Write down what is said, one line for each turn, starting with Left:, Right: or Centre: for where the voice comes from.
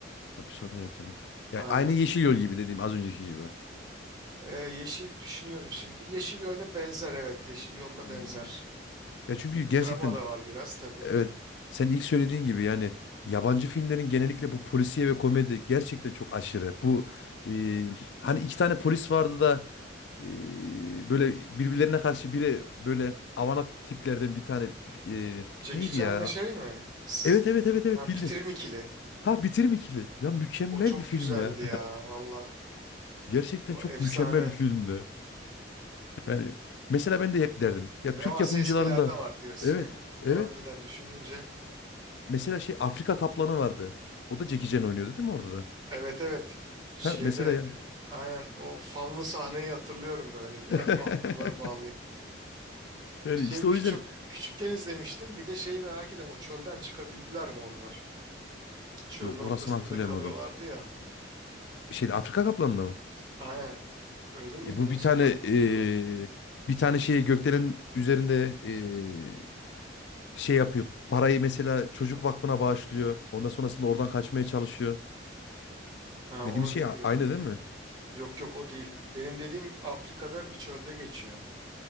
Left: Hapishane hayatına. Yani
Right: Aynen.
Left: aynı Yeşil Yol gibi dediğim az önceki gibi.
Right: Ee, Yeşil düşünüyorum şimdi. Yeşil Yol'a benzer evet. Yeşil Yol'la
Left: Hmm.
Right: benzer.
Left: Ya çünkü gerçekten
Right: Drama da var biraz tabii.
Left: Evet, sen ilk söylediğin gibi yani yabancı filmlerin genellikle bu polisiye ve komedi gerçekten çok aşırı. Bu e, hani iki tane polis vardı da e, böyle birbirlerine karşı biri böyle avanak tiplerden bir tane e,
Right: Jackie
Left: neydi
Right: Chan'le
Left: ya?
Right: şey mi? S-
Left: Evet evet evet evet
Right: Ha,
Left: bildin.
Right: bitirim ikili.
Left: Ha Bitirim ikili. Ya mükemmel
Right: O çok
Left: bir film
Right: güzeldi
Left: ya.
Right: ya valla.
Left: <laughs> Gerçekten
Right: O
Left: çok
Right: efsane.
Left: mükemmel bir filmdi. Yani mesela ben de hep derdim. Ya
Right: Ne
Left: Türk
Right: varsa
Left: yapımcılarında.
Right: eskilerde var diyorsun.
Left: Evet
Right: <laughs>
Left: evet
Right: Harbiden düşününce.
Left: Mesela şey Afrika Kaplanı vardı. O da Jackie Chan oynuyordu değil mi orada da?
Right: Evet evet şeyde
Left: Ha mesela yani.
Right: e, aynen o fanlı sahneyi hatırlıyorum böyle
Left: <laughs>
Right: Al- altınları bağlayıp.
Left: Yani
Right: Şey
Left: işte
Right: küçük
Left: o yüzden
Right: küçükken izlemiştim bir de şeyi merak ediyorum o çölden çıkabildiler mi onlar? Çölün
Left: yok
Right: ortasında
Left: orasını hatırlayamadım.
Right: kalıyorlardı ya.
Left: Şeyde Afrika Kaplanı'nda mı?
Right: Aynen öyle miydi
Left: E, bu
Right: yoksa
Left: bir tane
Right: farklı
Left: e,
Right: bir film de oldu?
Left: bir tane şeyi gökdelenin üzerinde e, şey yapıyor. Parayı mesela çocuk vakfına bağışlıyor. Ondan sonrasında oradan kaçmaya çalışıyor.
Right: Ha,
Left: Dediğim
Right: onu
Left: şey
Right: bilmiyorum.
Left: a- aynı değil mi?
Right: Yok yok o değil. Benim dediğim Afrika'da bir çölde geçiyor.